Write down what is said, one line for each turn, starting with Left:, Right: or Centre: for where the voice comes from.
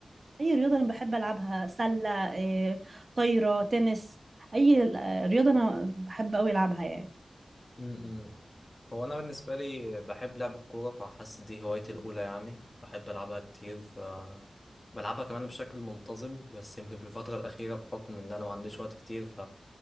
Right: اي رياضة انا بحب العبها سلة آه، طايرة تنس اي آه، رياضة انا بحب اوي العبها يعني
Left: امم هو انا بالنسبة لي بحب لعب الكورة فحاسس دي هوايتي الاولى يعني بحب العبها كتير ف بلعبها كمان بشكل منتظم بس يمكن في الفترة الأخيرة بحكم إن أنا ما عنديش وقت كتير ف